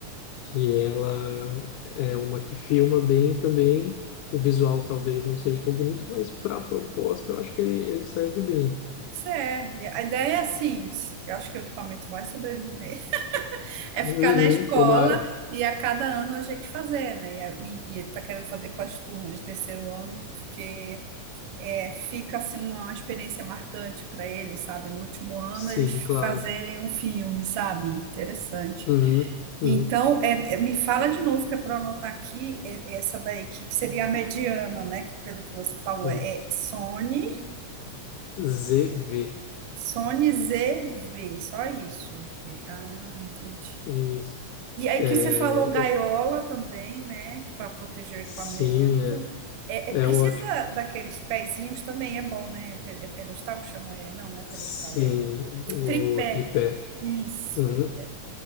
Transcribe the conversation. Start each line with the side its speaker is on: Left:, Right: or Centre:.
Left: que ela é uma que filma bem também. O visual talvez não seja tão bonito, mas para a proposta eu acho que ele, ele serve bem.
Right: Certo. A ideia é assim, se- eu acho que o equipamento vai sobreviver, <laughs> é
Left: Uhum,
Right: ficar na escola
Left: tomara.
Right: e a cada ano a gente fazer, né? E, a- e, e tá querendo fazer com as turmas de terceiro ano, porque é, fica assim uma experiência marcante para eles, sabe? No último ano
Left: Sim,
Right: eles
Left: claro.
Right: fazerem um filme, sabe? Interessante.
Left: Uhum, uhum,
Right: Então, é- é- me fala de novo, que é para anotar aqui, é- essa daí, que, que seria a mediana, né? Que pelo que você falou,
Left: uhum.
Right: é Sony,
Left: ZV.
Right: Sony ZV, só isso. Ah, entendi.
Left: Isso.
Right: E aí
Left: É,
Right: que você falou gaiola
Left: é-
Right: também, né? Para proteger o equipamento.
Left: sim,
Right: É,
Left: é,
Right: é- precisa
Left: é ótimo.
Right: daqueles pezinhos também, é bom, né? Pe- É pedestal que chama? É, não, não é pedestal,
Left: Sim,
Right: é
Left: o
Right: tripé.
Left: tripé.
Right: Isso,
Left: Uhum,
Right: tripé.